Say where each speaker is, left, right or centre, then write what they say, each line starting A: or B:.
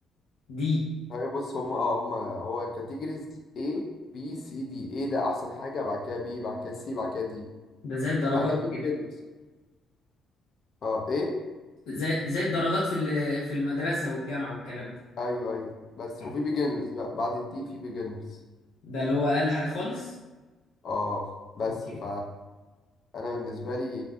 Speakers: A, on the left; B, on the left.
A: دي
B: هي بص هم اه هم هو الكاتيجوريز A B C D A ده احسن حاجة بعد كده B بعد كده C بعد كده D
A: ده زي الدرجات
B: بعد كده في
A: كده
B: بيجنرز اه A
A: زي زي الدرجات في ال- في المدرسة والجامعة والكلام ده
B: ايوه ايوه بس
A: آه.
B: وفي بيجنرز بقى بعد الدي في بيجنرز
A: ده اللي هو اقل حاجة خالص
B: اه بس
A: اوكي
B: ف انا بالنسبه لي